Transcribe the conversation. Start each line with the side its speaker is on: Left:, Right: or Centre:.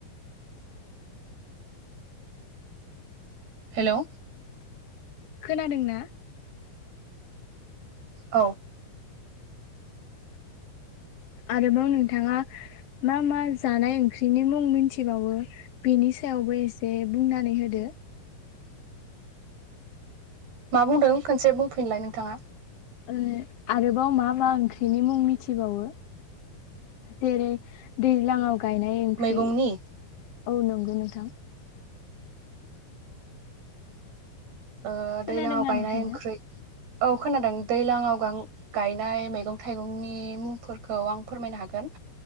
Right: हेलौ
Left: खोनादों ना
Right: औ
Left: आरोबाव नोंथाङा मा मा जानाय ओंख्रिनि मुं मिथिबावो बेनि सायावबो एसे बुंनानै होदो
Right: मा बुंदों खनसे बुंफिनलाय नोंथाङा
Left: उम आरोबाव मा मा ओंख्रिनि मुं मिथिबावो जेरै दैज्लाङाव गायनाय ओंख्रि
Right: मैगंनि
Left: औ नंगौ नोंथां
Right: ओ
Left: खोनादोंना
Right: दैलाङाव गायनाय
Left: नोंथाङा?
Right: ओंख्रै औ खोनादों दैलांआव गां गायनाय मैगं थाइगंनि मुंफोरखौ आं फोरमायनो हागोन